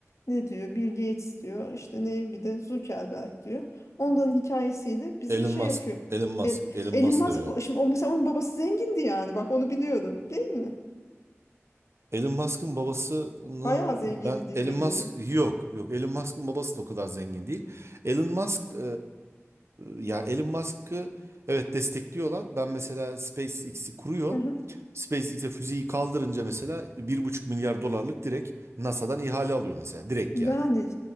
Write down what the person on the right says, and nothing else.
Elon
Musk,
Elon Musk,
Elon
Musk
da öyle.
Elon Musk'ın babasının
ben
Elon
Musk yok yok Elon Musk'ın babası da o kadar zengin değil. Elon Musk e, ya Elon Musk'ı evet destekliyorlar. Ben mesela SpaceX'i kuruyor.
SpaceX'e füzeyi kaldırınca mesela bir buçuk milyar dolarlık direkt NASA'dan ihale alıyor mesela direkt
yani.